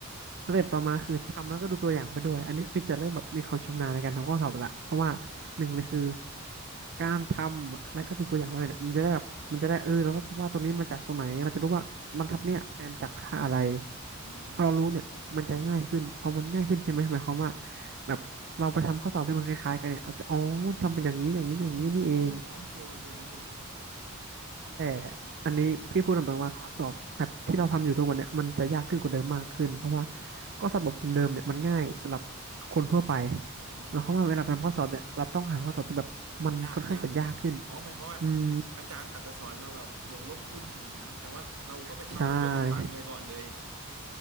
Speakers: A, on the right; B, on the right.
A: สเต็ปต่อมาคือทำแล้วก็ดูตัวอย่างไปด้วยอันนี้คือจะเริ่มแบบมีความชำนาญในการทำข้อสอบละเพราะว่าหนึ่งเลยคือ
B: อืม
A: การทำแล้วก็ดูตัวอย่างไปเนี่ยมันจะได้แบบมันจะได้เออเราก็จะว่าตรงนี้มาจากตรงไหนเราจะรู้ว่าบรรทัดเนี่ยแทนจากค่าอะไร
B: อ่าครับพี่
A: พอเรารู้เนี่ยมันจะง่ายขึ้นพอมันง่ายขึ้นใช่ไหมหมายความว่าแบบเราไปทำข้อสอบที่มันคล้ายๆกันเนี่ยเราจะอ๋อทำเป็นอย่างนี้อย่างนี้อย่างนี้นี่เอง
B: อ๋อโอเคโอเคครับพี่
A: แต่อันนี้พี่พูดตรงๆว่าข้อสอบแบบที่เราทำอยู่ทุกวันเนี่ยมันจะยากขึ้นกว่าเดิมมากขึ้นเพราะว่าก็สอบแบบเดิมเนี่ยมันง่ายสำหรับคนทั่วไป
B: อ่า
A: หมายความว่าเวลาทำข้อสอบเนี่ยเราต้องหาข้อสอบที่แบบมันค่อนข้างจะยากขึ้น
B: ยากยากอ๋อหมายความว่า
A: อืม
B: อาจารย์อาจจะสอนเราแบบบวกลบคูณหารแต่ว่าเราก็ไปทำแบบยกกำลังไว้ก่อนเลย
A: ใช่